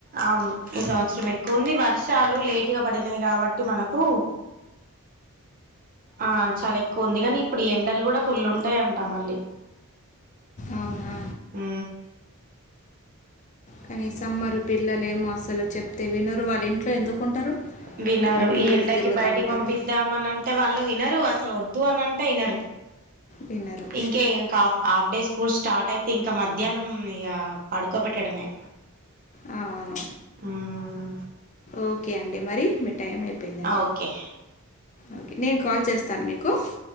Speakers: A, on the right (about 40°); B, on the left (about 35°).
A: అవును ఈ సంవత్సరం ఎక్కువంది వర్షాలు లేటుగా పడినాయి కాబట్టి మనకు ఆ చాలా ఎక్కువంది కాని ఇప్పుడు ఎండలు కూడా ఫుల్ ఉంటాయంటా మళ్ళీ
B: అవునా?
A: హు
B: కనీసం పిల్లలు ఏమో అసలు చెప్తే వినరు. వాళ్ళ ఇంట్లో ఎందుకుంటారు?
A: వినరు
B: అటు
A: ఈ
B: ఇటు
A: ఎండాకి
B: తిరుగుతా
A: బయటికి
B: ఉంటారు.
A: పంపిద్దామని అంటే వాళ్ళు వినరు అసలు వద్ వద్దు అని అంటే వినరు
B: వినరు.
A: ఇంకే ఇంకా half half day schools start అయితే ఇంకా మధ్యాహ్నం ఇక పడుకోబెట్టడమే
B: ఆ అవును
A: మ్మ్
B: ఓకే అండి మరి మీ టైం అయిపోయిందండి
A: ఓకే
B: ఓకే నేను కాల్ చేస్తాను మీకు కు